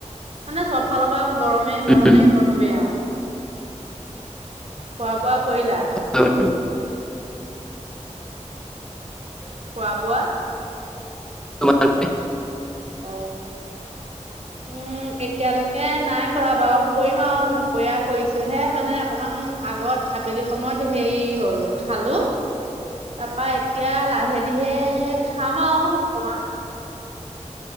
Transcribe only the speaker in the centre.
উম।
হয় বাৰু।
তমাৰ তাক?